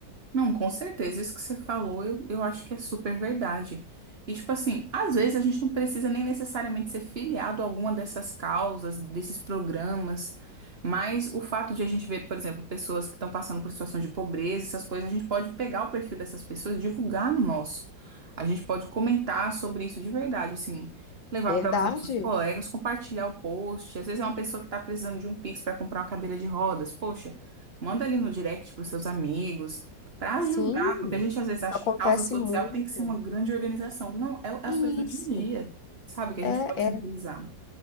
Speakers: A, on the right; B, on the left.
A: Não, com certeza. Isso que você falou, eu, eu acho que é super verdade. E, tipo assim, às vezes a gente não precisa nem necessariamente ser filiado a alguma dessas causas, desses programas, mas o fato de a gente ver, por exemplo, pessoas que estão passando por situações de pobreza, essas coisas, a gente pode pegar o perfil dessas pessoas e divulgar no nosso. A gente pode comentar sobre isso de verdade, assim, levar
B: Verdade?
A: para os nossos colegas, compartilhar o post. Às vezes é uma pessoa que está precisando de um Pix para comprar uma cadeira de rodas. Poxa, manda ali no direct para os seus amigos. Para
B: Sim,
A: ajudar, porque a gente às vezes acha
B: isso acontece
A: que causa social
B: muito.
A: tem que ser uma grande organização. Não, é é
B: Isso.
A: as coisas do dia a dia, sabe? Que a
B: É.
A: gente pode
B: é
A: se mobilizar.